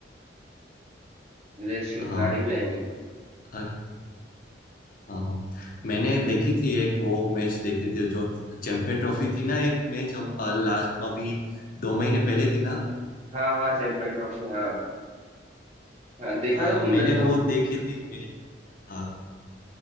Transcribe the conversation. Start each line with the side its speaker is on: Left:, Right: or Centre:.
Right: विदेश के
Left: हाँ
Right: खिलाड़ी भी आएंगे
Left: हाँ हाँ। मैंने देखी थी एक वो मैच देखी थी जो चैंपियन ट्रॉफी थी ना एक मैच हम लास्ट में अभी दो महीने पहले थी ना
Right: हाँ हाँ चैंपियन ट्रॉफी हाँ हाँ देखा
Left: हाँ
Right: था तुमने
Left: मैंने
Right: तो,
Left: वो देखी थी मैच हाँ,